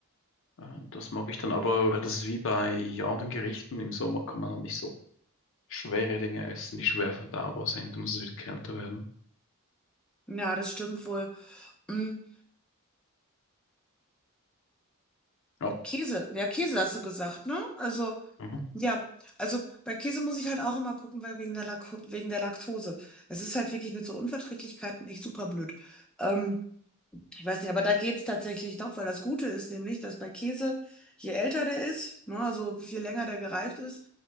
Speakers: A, on the left; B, in the centre.
A: Äh, das mag ich dann, aber das ist wie bei anderen Gerichten, im Sommer kann man halt nicht so schwere Dinge essen, die schwer verdaubar sind, da muss es wieder kälter werden.
B: Ja, das stimmt wohl. Hm.
A: Ja,
B: Käse, ja, Käse hast du gesagt, ne? Also,
A: mhm.
B: ja, also bei Käse muss ich halt auch immer gucken, weil wegen der Lak wegen der Laktose. Es ist halt wirklich mit so Unverträglichkeiten echt super blöd. Ähm, ich weiß nicht, aber da geht's tatsächlich noch, weil das Gute ist nämlich, dass bei Käse, je älter der ist, ne, also je länger der gereift ist,